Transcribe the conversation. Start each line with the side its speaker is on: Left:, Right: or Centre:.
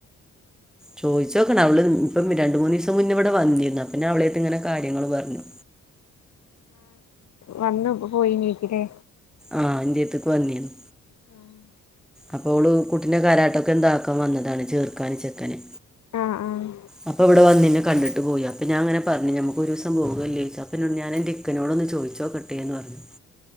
Centre: ചോദിച്ച് നോക്കണം, അവള് ഇപ്പം രണ്ട് മൂന്നീസം മുന്നേ ഇവിടെ വന്നിരുന്നു, അപ്പൊ ഞ അവളോട് ഇങ്ങനെ കാര്യങ്ങൾ പറഞ്ഞു.
Left: വന്നു പോയി നീക്കിലേ.
Centre: ആഹ് ഇന്റട്ത്തക്ക് വന്നിനു
Left: ആഹ്
Centre: അപ്പോൾ ഓള് കുട്ടീന്റെ കാരാട്ടൊക്കെ എന്താക്കാൻ വന്നതാണ് ചേർക്കൻ ചെക്കന്.
Left: ആഹ് ആഹ്
Centre: അപ്പൊ ഇവിടെ വന്ന് എന്നെ കണ്ടിട്ട് പോയി അപ്പൊ ഞാൻ അങ്ങനെ പറഞ്ഞ് നമുക്ക് ഒരു ദിവസം പോകല്ലേ ചോയ്ച്ച അപ്പോ ഞൻ എന്റ ഇക്ക ക്കനോട്‌ ഒന്ന് ചോദിച്ച് നോക്കട്ടെ എന്ന് പറഞ്ഞു.